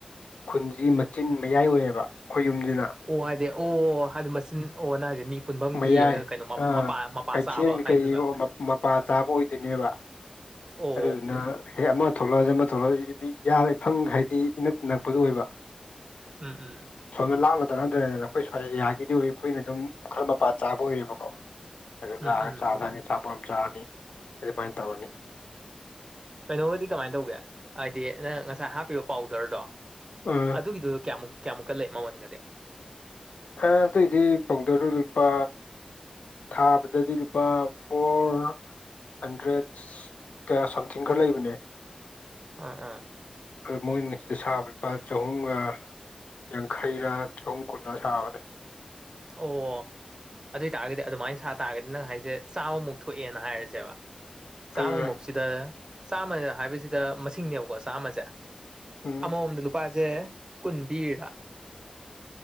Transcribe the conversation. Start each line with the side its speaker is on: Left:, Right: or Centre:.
Left: ꯈꯨꯟꯁꯤ ꯃꯆꯤꯟ ꯃꯌꯥꯏ ꯑꯣꯏꯌꯦꯕ ꯑꯩꯈꯣꯏ ꯌꯨꯝꯁꯤꯅ
Right: ꯑꯣ ꯍꯥꯏꯗꯤ ꯑꯣ ꯍꯥꯏꯗꯤ ꯃꯆꯤꯟ ꯑꯣ ꯅ ꯍꯥꯏꯁꯦ ꯃꯤ ꯄꯨꯟꯐꯝꯒꯤ
Left: ꯃꯌꯥꯏ
Right: ꯀꯩꯅꯣ
Left: ꯑꯥ
Right: ꯃꯄꯥ ꯃꯄꯥ
Left: ꯀꯩꯊꯦꯟꯒꯤ
Right: ꯆꯥꯕ ꯍꯥꯏꯗꯣꯏꯕ
Left: ꯀꯩꯑꯣ ꯃꯄꯥ ꯆꯥꯕ ꯑꯣꯏꯗꯣꯏꯅꯦꯕ
Right: ꯑꯣ
Left: ꯑꯗꯨꯗꯨꯅ ꯍꯦ ꯑꯃ ꯊꯣꯛꯂꯛꯑꯗꯤ ꯑꯃ ꯊꯣꯛꯂꯛꯑꯗꯤ ꯌꯥꯔꯦ ꯐꯪ ꯍꯥꯏꯗꯤ ꯏꯅꯛ ꯅꯛꯄꯗꯣ ꯑꯣꯏꯕ
Right: ꯎꯝ ꯎꯝ
Left: ꯁꯣꯝꯗ ꯂꯥꯞꯅ ꯆꯪꯍꯟꯗ꯭ꯔꯦꯗꯅ ꯑꯩꯈꯣꯏ ꯁ꯭ꯋꯥꯏ ꯑꯦꯔꯤꯌꯥꯒꯤꯗꯤ ꯑꯩꯈꯣꯏꯅ ꯑꯗꯨꯝ ꯈꯔ ꯃꯄꯥ ꯆꯥꯕ ꯑꯣꯏꯌꯦꯕꯀꯣ ꯑꯗꯨ
Right: ꯎꯝ
Left: ꯂꯥꯛꯑꯒ
Right: ꯎꯝ
Left: ꯆꯥ ꯊꯥꯑꯅꯤ ꯆꯥꯄꯣꯠ ꯑꯃ ꯆꯥꯔꯅꯤ ꯑꯗꯨꯃꯥꯏꯅ ꯇꯧꯔꯅꯤ
Right: ꯀꯩꯅꯣꯒꯗꯤ ꯀꯃꯥꯏꯅ ꯇꯧꯒꯦ ꯍꯥꯏꯗꯤ ꯅꯪ ꯉꯁꯥꯏ ꯍꯥꯞꯄꯤꯕ ꯄꯥꯎꯗꯔꯗꯣ
Left: ꯎꯝ
Right: ꯑꯗꯨꯒꯤꯗꯨ ꯀꯌꯥꯃꯨꯛ ꯀꯌꯥꯃꯨꯛꯀ ꯂꯩ ꯃꯃꯟꯒꯗꯤ
Left: ꯈꯔꯥ ꯑꯇꯩꯗꯤ ꯄꯥꯎꯗꯔꯗꯨ ꯂꯨꯄꯥ ꯊꯥꯕꯗꯗꯤ ꯂꯨꯄꯥ ꯐꯣꯔ ꯍꯟꯗ꯭ꯔꯦꯠꯁ ꯀꯌꯥ ꯁꯝꯊꯤꯡ ꯈꯔ ꯂꯩꯕꯅꯦ
Right: ꯑꯥ ꯑꯥ
Left: ꯑꯗꯨ ꯃꯣꯏꯅ ꯁꯤꯗ ꯁꯥꯕ ꯂꯨꯄꯥ ꯆꯥꯍꯨꯝꯒ ꯌꯥꯡꯈꯩꯔꯥ ꯆꯍꯨꯝ ꯀꯨꯜꯂꯥ ꯁꯥꯕꯅꯦ
Right: ꯑꯣ ꯑꯗꯨꯏ ꯇꯥꯥꯔꯒꯗꯤ ꯑꯗꯨꯃꯥꯏ ꯁꯥ ꯇꯥꯔꯒꯗꯤ ꯅꯪ ꯍꯥꯏꯁꯦ ꯆꯥꯝꯃꯨꯛ ꯊꯣꯛꯑꯦꯅ ꯍꯥꯏꯔꯁꯦꯕ ꯆꯥꯝꯃꯃꯨꯛꯁꯤꯗ
Left: ꯎꯝ
Right: ꯆꯥꯝꯃ ꯍꯥꯏꯕꯁꯤꯗ ꯃꯁꯤꯡꯅꯦꯕꯀꯣ ꯆꯥꯝꯃꯁꯦ
Left: ꯎꯝ
Right: ꯑꯃꯃꯣꯝꯗ ꯂꯨꯄꯥꯁꯦ ꯀꯨꯟ ꯄꯤꯔꯥ